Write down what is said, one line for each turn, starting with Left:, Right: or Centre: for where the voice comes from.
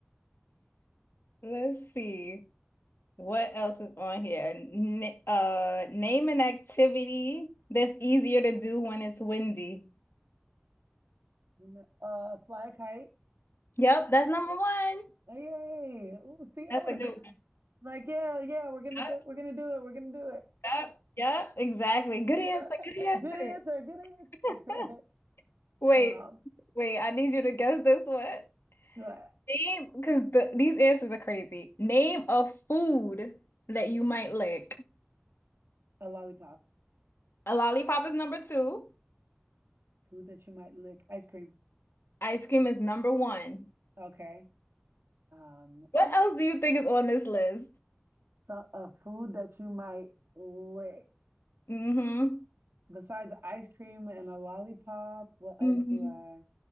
Left: Let's see. What else is on here? N uh, name an activity that's easier to do when it's windy.
Right: <laughs> uh, fly a kite.
Left: Yep, that's number one.
Right: Oh, yay! Ooh, see, I
Left: That's
Right: would
Left: a
Right: have
Left: good
Right: been
Left: one.
Right: like, yeah, yeah, we're gonna
Left: Yep,
Right: go, we're gonna do it, we're gonna do
Left: yep, yep, exactly. Good
Right: it.
Left: answer. Good answer.
Right: <laughs> Good answer, good
Left: <laughs>
Right: answer. <laughs>
Left: Wait,
Right: um,
Left: wait, I need you to guess this one.
Right: but
Left: Name, because the, these answers are crazy. Name a food that you might lick.
Right: a lollipop,
Left: A lollipop is number two.
Right: food that you might lick, ice cream.
Left: Ice cream is number one.
Right: Okay. Um,
Left: What else do you think is on this list?
Right: so a food that you might lick
Left: Mm-hmm.
Right: besides ice cream and a lollipop. What else
Left: hmm
Right: do I?